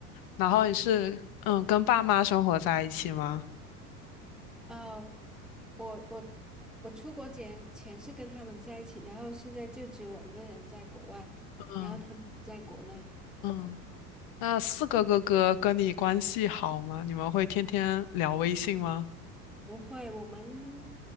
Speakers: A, on the left (about 45°); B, in the centre.
A: 然后你是嗯跟爸妈生活在一起吗？
B: 你你哦，我我我出国前前是跟他们在一起，然后现在就只有我一个人在国外，然后他们不在国内。
A: 嗯嗯，那四个哥哥跟你关系好吗？你们会天天聊微信吗？
B: 不会，我们